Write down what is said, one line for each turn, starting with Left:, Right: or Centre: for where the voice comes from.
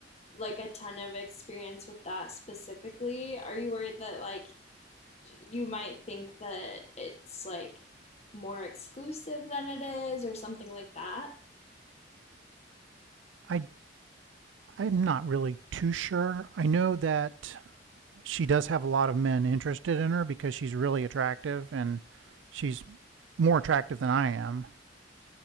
Left: like a ton of experience with that specifically. Are you worried that like you might think that it's like more exclusive than it is or something like that?
Right: i i'm not really too sure i know that she does have a lot of men interested in her because she's really attractive and she's more attractive than I am.